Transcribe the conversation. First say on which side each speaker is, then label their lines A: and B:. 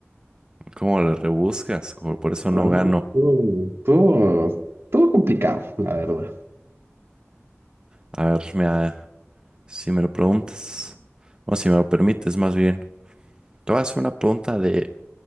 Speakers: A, on the right (about 20°); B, on the right (about 55°).
A: ¿Cómo le rebuscas? Como Por eso
B: Ajá,
A: no gano.
B: estuvo, estuvo- estuvo complicado, la verdad.
A: A ver, mira, si me lo preguntas, o si me lo permites más bien, te voy a hacer una pregunta de,